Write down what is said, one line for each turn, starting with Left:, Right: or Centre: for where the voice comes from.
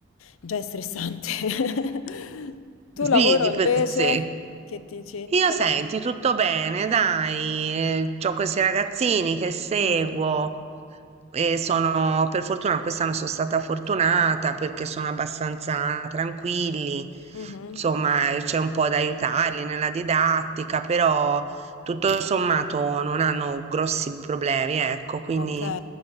Left: già è stressante. <laughs> Tu
Right: sì,
Left: lavoro
Right: di
Left: invece,
Right: per sé.
Left: che dici?
Right: Io
Left: Con
Right: senti,
Left: la-
Right: tutto bene, dai, ho questi ragazzini che seguo
Left: Mm,
Right: e sono, per fortuna, quest'anno sono stata fortunata perché sono abbastanza tranquilli,
Left: mhm,
Right: insomma, eh, c'è un po' da aiutarli nella didattica, però tutto sommato non hanno grossi problemi, ecco, quindi
Left: ok,